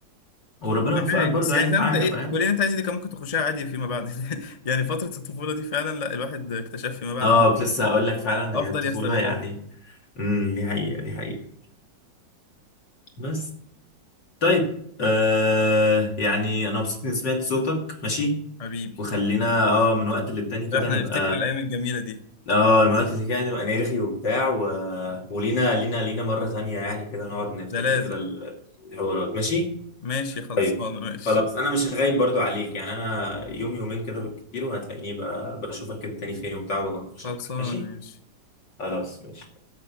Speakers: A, on the left; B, on the left.
A: وربنا
B: معاك
A: وفقك برضو
B: بس
A: يعني
B: يعني فاهم
A: في حاجه
B: انت ايه
A: فاهم
B: الكليه اللي انت عايزها دي كان ممكن تخشها عادي فيما بعد <laughs> يعني فتره الطفوله دي فعلا لا الواحد اكتشف فيما بعد
A: اه
B: إنه
A: كنت لسه هقول لك فعلا
B: افضل
A: هي الطفوله
B: يستغلها
A: يعني امم دي حقيقه دي حقيقه بس طيب آه يعني انا مبسوط اني سمعت صوتك ماشي
B: حبيبي
A: وخلينا اه من وقت للتاني كده
B: لا احنا
A: نبقى
B: نفتكر الايام الجميله دي
A: اه من وقت للتاني كده نبقى نرغي وبتاع و... ولينا لينا لينا مرة تانية يعني كده نقعد نفتكر
B: ده لازم
A: كده ال- الحوارات ماشي
B: ماشي خلصانه
A: طيب
B: ماشي
A: خلاص انا مش غايب برضو عليك يعني انا يوم يومين كده بالكتير وهتلاقيني بقى بشوفك كده تاني فين وبتاع وبناقشك
B: خلصانه
A: ماشي
B: ماشي
A: خلاص ماشي